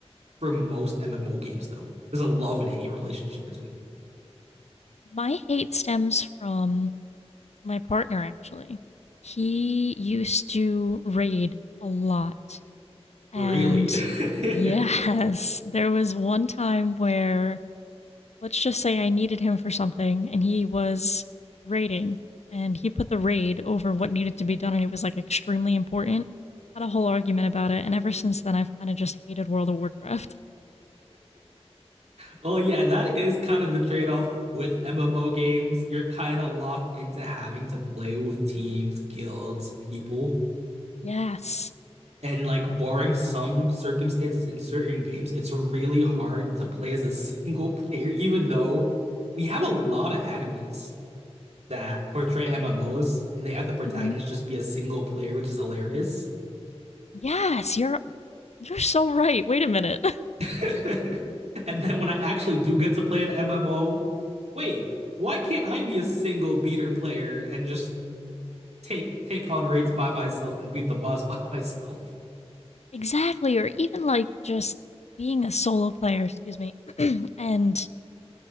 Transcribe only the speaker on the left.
My hate stems from my partner, actually. He used to raid a lot. And
<laughs> yes, there was one time where let's just say I needed him for something and he was raiding and he put the raid over what needed to be done and it was like extremely important. Had a whole argument about it, and ever since then I've kind of just hated World of Warcraft.
Yes.
hmm
Yes, you're you're so right. Wait a minute. <laughs>
Exactly, or even like just being a solo player, excuse me, <clears throat> and